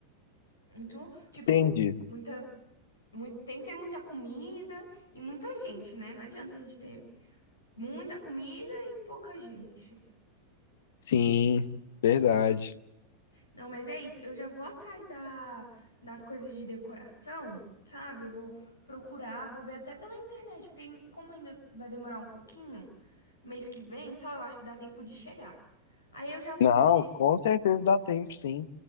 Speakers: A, on the left; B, on the left.
A: muito, tipo,
B: Entendi.
A: muita, muito, tem que ter muita comida e muita gente, né? Não adianta a gente ter muita comida e pouca gente.
B: Sim, verdade.
A: Não, mas é isso. Eu já vou atrás da, das coisas de decoração, sabe? Eu vou procurar, vou ver até pela internet, porque em- como ainda vai demorar um pouquinho, mês que vem, só eu acho que dá tempo de chegar. Aí eu já vou
B: Não,
A: ver,
B: com certeza dá tempo, sim.